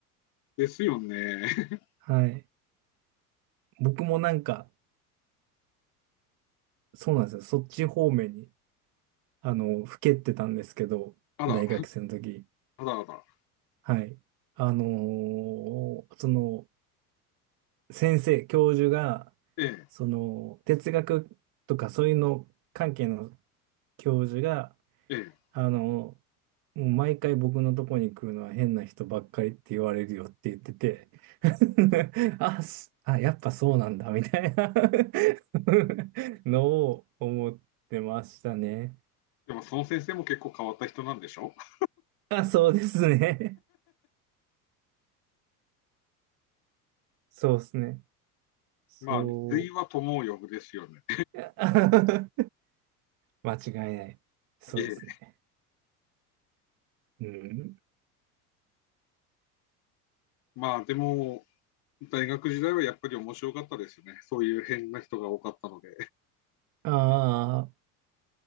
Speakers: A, on the left; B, on the right.
A: ですよね。<laughs>
B: はい。僕もなんか、そうなんですよ。そっち方面に、あの、ふけってたんですけど、
A: あら、
B: 大学生の時。
A: あらあら、
B: はい。あのーその、先生、教授が、
A: え
B: その、哲学とかそういうの関係の教授が、
A: え、ええ。
B: あの、もう毎回僕のとこに来るのは変な人ばっかりって言われるよって言ってて、<laughs> あ、すあ、やっぱそうなんだ、みたいな <laughs> のを思ってましたね。
A: でも、その先生も結構変わった人なんでしょ <laughs>
B: あ、そうですね。そうですね。そう。
A: まあ、類は友を呼ぶですよね。
B: いや <laughs> 間違いない。そうですね。
A: ええ。
B: うん。
A: まあ、でも、大学時代はやっぱり面白かったですよね。そういう変な人が多かったので。
B: ああ、